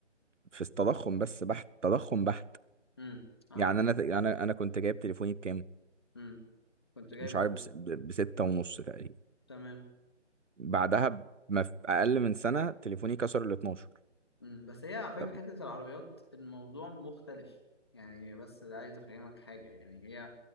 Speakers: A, on the right; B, on the left.
A: في التضخم بس بحت تضخم بحت
B: امم عم...
A: يعني انا انا انا كنت جايب تليفوني بكام
B: امم كنت جايبه
A: مش عارف بس- ب- بستة ونص تقريبا
B: تمام
A: بعدها ما في اقل من سنه تليفوني كسر ال 12
B: امم بس هي على فكره
A: طب
B: في حته العربيات الموضوع مختلف يعني بس عايز افهمك حاجه يعني هي